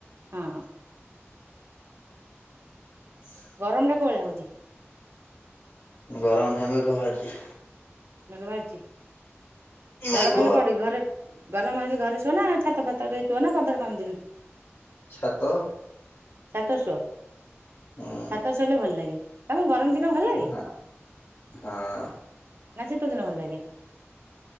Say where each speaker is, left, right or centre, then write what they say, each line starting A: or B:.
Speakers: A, on the right (about 60°); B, on the left (about 65°).
A: ହଁ।
B: ହ
A: ଗରମ ଟା କୋଉ ଭଳିଆ ହୋଉଚି।
B: ଗରମ ନାହିଁ ମେଘ ଭାରିଚି।
A: ମେଘ ଭାରିଚି?
B: ମେଘ
A: ଗରମ ହେଲେ କଣ କି ଘରେ ଗରମ ହେଲେ ଘରେ ସୁଅ ନା ଛାତ ଫାତରେ ଶୁଅ ନା ପଦାର କେମିତି ବି
B: ଛାତ
A: ଛାତରେ ଶୁଅ ଛାତରେ
B: ଉଁ
A: ଶୋଇଲେ ଭଲ ଲାଗେ। ତମକୁ ଗରମ ଦିନ ଭଲ ଲାଗେ
B: ହଁ ହଁ
A: ନା ଶୀତ ଦିନ ଭଲ ଲାଗେ?